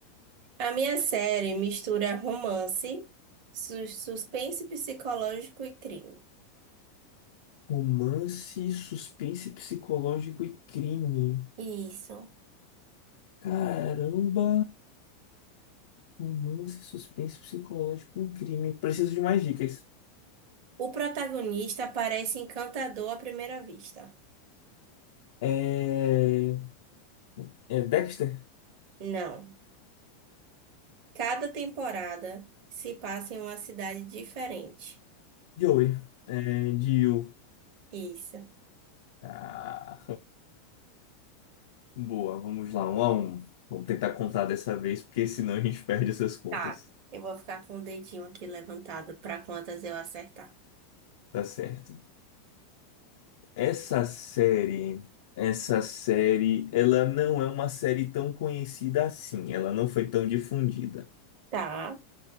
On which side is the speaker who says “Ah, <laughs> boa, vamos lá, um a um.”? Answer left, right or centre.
Left